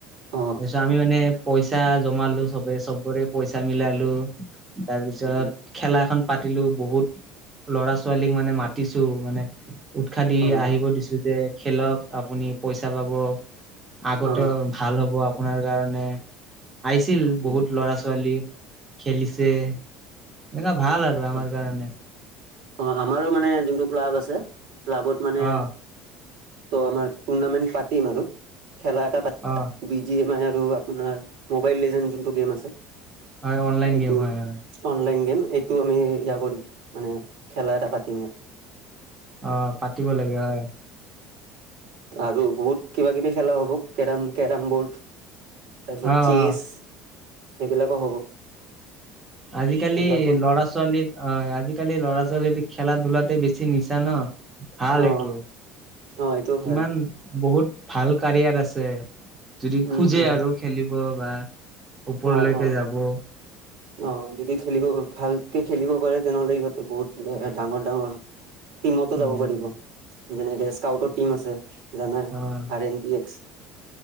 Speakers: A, on the right; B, on the right.
A: অ
B: তাৰপিছত আমি মানে পইচা জমালো চবেই, চবৰে পইচা মিলালো, তাৰ পিছত
A: উম
B: খেলাখন পাতিলো, বহুত ল'ৰা ছোৱালীক মানে মাতিছো, মানে উৎসাহ দি
A: অ
B: আহিব দিছো যে, খেলক আপুনি, পইচা পাব। আগতেও
A: অ
B: ভাল হ'ব, আপোনাৰ কাৰণে। আহিছিল
A: উম
B: বহুত ল'ৰা ছোৱালী, খেলিছে
A: অ
B: এনেকুৱা ভাল আৰু আমাৰ
A: হয়
B: কাৰণে।
A: অ', আমাৰো মানে যোনটো ক্লাব আছে, ক্লাবত মানে
B: অ
A: ত' আমাৰ টুৰ্ণামেন্ট পাতিম আৰু, খেলা এটা <unintelligible>
B: অ
A: বি জি এম আই আৰু আপোনাৰ মোবাইল লিজেণ্ড যোনটো গেম আছে,
B: হয় অনলাইন
A: এইটো
B: গেম হয় হয়
A: অনলাইন গেম। তো আমি ইয়া কৰিম, মানে খেলা এটা পাতিম ইয়াত।
B: অ', পাতিব লাগে, হয়।
A: আৰু বহুত কিবা কিবি খেলা হ'ব, কেৰম কেৰম বৰ্ড। তাৰপিছত
B: অ
A: চেছ,
B: অ
A: সেইবিলাকো হ'ব।
B: আজিকালি
A: সেইবিলাকো
B: ল'ৰা ছোৱালীৰ, অ', আজিকালি ল'ৰা-ছোৱালীৰ খেলা- ধূলাতে বেছি নিচা ন'। ভাল
A: অ
B: এইটো,
A: অ এইটোও ভাল
B: কিমান বহুত ভাল কাৰিয়াৰ আছে। যদি
A: উম,
B: খোজে
A: উম,
B: আৰু খেলিব বা ওপৰলৈকে
A: অ', অ',
B: যাব।
A: অ', অ', যদি খেলিব, ভালকে খেলিব পাৰে, তেনেহ'লে সিহঁতে বহুত ডাঙৰ ডাঙৰ টিমতটো
B: উম,
A: যাব পাৰিব, যেনেকে স্কাউটৰ টিম আছে। জানাই,
B: অ'
A: আৰ এন টি এক্স।